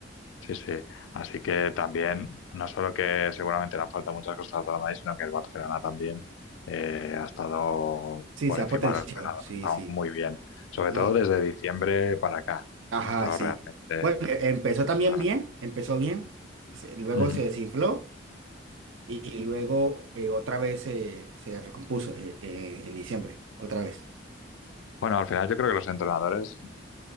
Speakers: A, on the left; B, on the right.
A: Sí, sí. Así que también, no solo que seguramente le han faltado muchas cosas al Real Madrid, sino que el Barcelona también eh, ha estado
B: Sí,
A: por
B: se
A: encima
B: ha potenciado,
A: de lo esperado,
B: sí,
A: ha estado
B: sí.
A: muy bien. Sobre
B: No,
A: todo desde diciembre para acá,
B: ajá,
A: ha estado
B: sí.
A: realmente...
B: Bueno, e- empezó también
A: realmente-
B: bien, empezó bien, se- luego
A: Ujú.
B: se desinfló y luego eh, otra vez se se recompuso eh, eh, en diciembre, otra vez.
A: Bueno, al final yo creo que los entrenadores